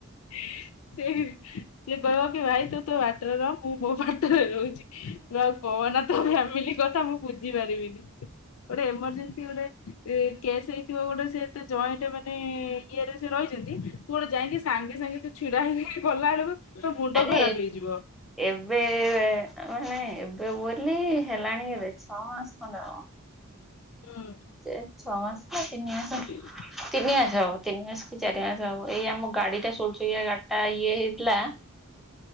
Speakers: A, on the left; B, in the centre.
A: ସେ ସେ କହିବ କି ଭାଇ ତୁ ତୋ ବାଟରେ ରହ। ମୁଁ ମୋ ବାଟରେ ରହୁଚି। ତୁ ଆଉ କହନା ତ ଫ୍ୟାମିଲି କଥା ମୁଁ ବୁଝି ପାରିବିନି। ଗୋଟେ ଏମରଜେନ୍ସି ଗୋଟେ କେସ୍ ହେଇଥିବ। ଗୋଟେ ସେ ଏତେ ଜଏଣ୍ଟ ମାନେ ଇଏରେ ସେ ରହିଛନ୍ତି। ତୁ ଗୋଟେ ଯାଇକି ସାଙ୍ଗେ ସାଙ୍ଗେ ତୁ ଛିଡା ହେଇକି ଗଲା ବେଳକୁ ତୋ ମୁଣ୍ଡ
B: ଆରେ
A: ଖରାପ ହେଇଯିବ।
B: ଏବେ ମାନେ ଏବେ ବୋଲି ହେଲାଣି ଏବେ ଛଅ ମାସ ଖଣ୍ଡେ ହବ।
A: ହୁଁ।
B: ଏ ଛଅ ମାସ ତ ତିନି
A: <unintelligible>
B: ମାସ ତିନି ମାସ କି ହବ ତିନି ମାସ କି ଚାରି ମାସ ହବ। ଏଇ ଆମ ଗାଡି ଟା ସୁଲଚୋକିଆ ଗା ଆ ଇଏ ହେଇଥିଲା।